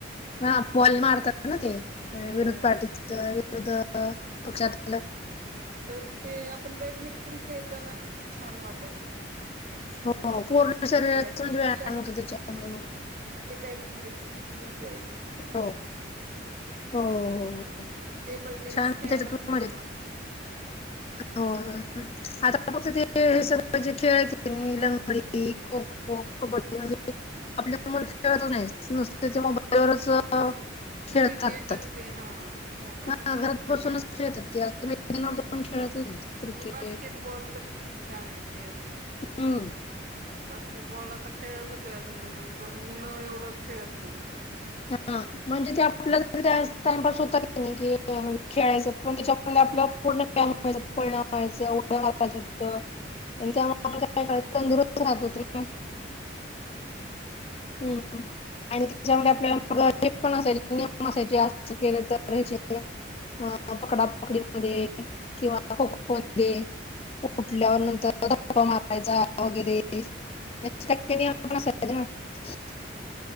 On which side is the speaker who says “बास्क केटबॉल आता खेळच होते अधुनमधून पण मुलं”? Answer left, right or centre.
Right